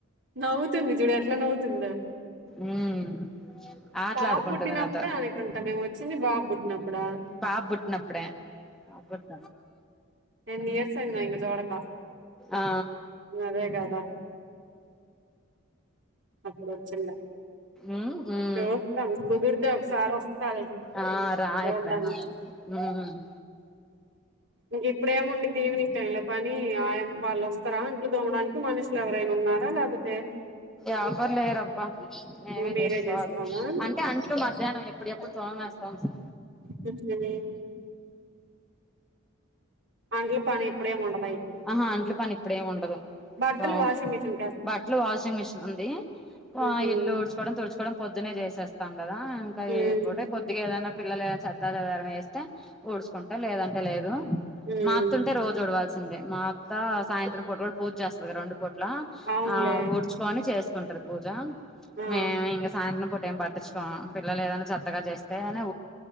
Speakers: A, on the right; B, in the centre.
A: నవ్వుతుంది చూడు ఎట్లా నవ్వుతుంద
B: ఉమ్ ఆటలాడుకుంటుంది
A: పాప పుట్టినప్పుడు
B: నాతో
A: అనుకుంట మే వచ్చింది బా బుట్నప్పుడా
B: పాపుట్న అప్పుడే పాపుట్
A: ఎన్ని ఇయర్సయింద ఇంగ చోడకా
B: ఆ
A: అదే గదా అప్పుడు వచ్చుండే
B: ఉమ్ ఉమ్
A: చూస్తాను కుదిరితే ఒకసారి వస్తాలే
B: ఆ రా
A: చూడ్డానికి
B: ఎప్పుడైనా ఉమ్
A: ఇంక ఇప్పుడ ఏము ఉండిద్ది ఈవిెనింగ్ టైమ్ లో పని ఆయమ్మ వాళ్ళు వస్తారా ఇంట్లో దోమడానికి మనుషులు ఎవరైనా ఉన్నారా లేకపోతే
B: ఎవరు లేరబ్బా మేమే
A: మీరే
B: చేసుకోవాలి
A: చేసుకోవాలా
B: అంటే అంట్లు మధ్యాహ్నం ఎప్పుడు ఎప్పుడు తో వేస్త తొంసా
A: సజే <unintelligible> అంట్ల పని ఎప్పుడేముండా
B: ఆహా అంట్లో పని ఇప్పుడేమి ఉండదు
A: బట్టల్
B: తోమ్
A: వాషింగ్ మెషన్
B: బట్టలు వాషింగ్ మిషన్ ఉంది
A: ఉహు
B: ఇల్లు ఉడ్చుకోవడం తుడుచుకోవడం పొద్దున్న చేసేస్తా కదా ఇంకా
A: ఉమ్
B: ఇప్పుటే కొద్దిగా ఏదనా పిల్లలే సత్తాజధారం వేస్తే ఊడ్చుకుంటే లేదంటే లేదు
A: ఉమ్
B: మాత్తుంటే రోజు ఊడవాల్సి మత్త సాయంత్రం పూట్ కూడా పూజ చేస్తంది కద రెండు పూట్ల
A: అవునులే
B: ఆ ఊడ్చుకొని చేస్త ంటారు పూజ
A: ఆ
B: మేము ఇంక సాయంత్రం పూట ఏం ప చ్చుకో పిల్లలు ఏదైనా చెత్తగా చేస్తేని